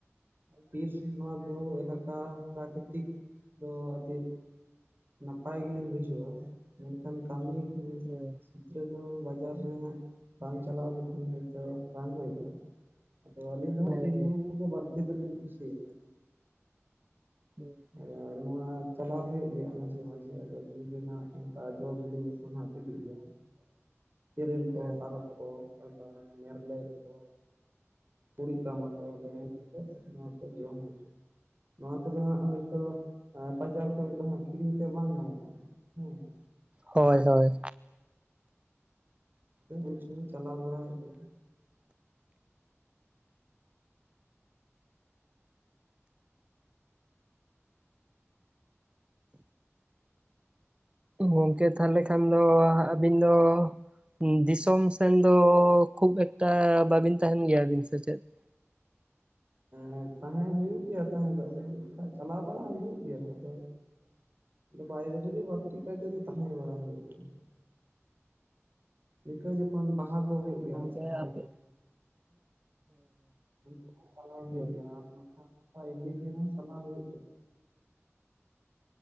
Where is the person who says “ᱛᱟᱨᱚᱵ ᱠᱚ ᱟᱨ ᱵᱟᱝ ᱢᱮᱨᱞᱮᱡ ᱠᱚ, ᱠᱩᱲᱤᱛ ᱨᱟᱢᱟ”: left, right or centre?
Right